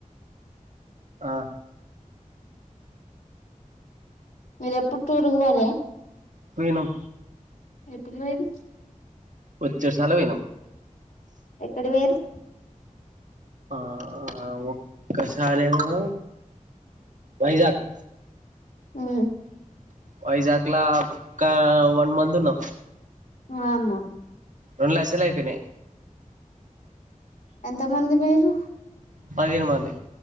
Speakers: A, on the right (about 70°); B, on the left (about 80°).
A: ఆ
B: మీరు ఎప్పుడు టూర్కి పోలే
A: పోయినం
B: ఎప్పుడు పోయిర్రు
A: బొచ్చాడు సార్లు పోయినం
B: ఎక్కడి పోయిర్రు
A: ఆ ఒక్కసారేమో వైజాగ్
B: హ్మ్
A: వైజాక్లా ఒక వన్ మంత్ ఉన్నాం
B: వామ్మో
A: రెండు లక్షలు అయిపోయినాయి
B: ఎంతమంది పోయిర్రు
A: పదిహేను మంది